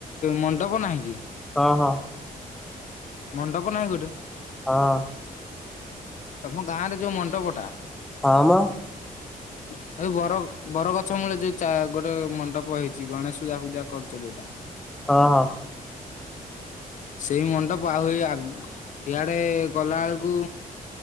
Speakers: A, on the left; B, in the centre.
A: ମଣ୍ଡପ ନାହିଁ କି?
B: ହଁ ହଁ।
A: ମଣ୍ଡପ ନାହିଁ ଗୋଟେ?
B: ହଁ।
A: ତମ ଗାଁ ରେ ଯୋଉ ମଣ୍ଡପଟା।
B: ହଁ ମ।
A: ବଡ ହେଲେ। ଏଇ ବର୍ ବରଗଛ ମୂଳେ ଚା ଯୋଉ ଗୋଟେ ମଣ୍ଡପ ହେଇଚି ଗଣେଶ ପୂଜା ହୁଜା କରୁଚ ଯୋଉଟା।
B: ହଁ ହଁ।
A: ସେଇ ମଣ୍ଡପ ଆହୁରି ହେ ଆଗ୍ ଇଆଡେ ଗଲା ବେଳକୁ